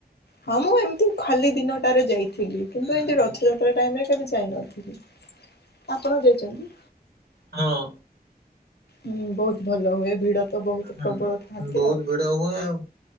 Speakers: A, on the left; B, on the right.
A: ହଁ ମୁଁ ଏମିତି ଖାଲି ଦିନଟାରେ ଯାଇଥିଲି। କିନ୍ତୁ
B: ହୁଁ
A: ଏମିତି
B: ହୁଁ
A: ରଥଯାତ୍ରା ସେ ଟାଇମରେ କେବେ ଯାଇ ନଥିଲି। ଆପଣ ଯାଇଛନ୍ତି?
B: ହଁ
A: ହୁଁ ବହୁତ ଭଲ ହୁଏ ଭିଡ। ତ ବହୁତ
B: ହୁଁ
A: ପ୍ରବଳ ଥାଆନ୍ତି
B: ବହୁତ
A: ଆଉ
B: ଭିଡ ହୁଏ। ଆଉ